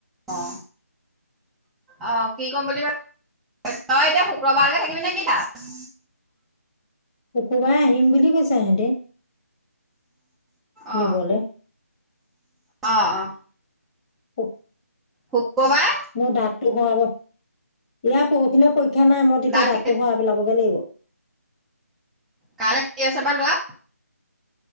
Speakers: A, in the centre; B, on the left (about 25°).
A: অঁ। অ, ' কি কম বুলি ভাব তই এতিয়া শুক্ৰবাৰলেকে থাকিবি নেকি তাত।
B: শুকুৰবাৰে আহিম বুলি কৈছে ইহঁতি।
A: অঁ
B: নিবলে
A: অ‌ অ।
B: <inaudible>
A: শুক্ৰবাৰে।
B: মোৰ দাঁতটো শুৱাব ইয়াৰ পুৰহিলৈ পৰীক্ষা নাই মই তেতিয়া
A: দাঁত
B: দাঁতটো শুৰাই পেলাবলৈ লাগিব।
A: কাইলে কি আছে বা ল'ৰাঅ?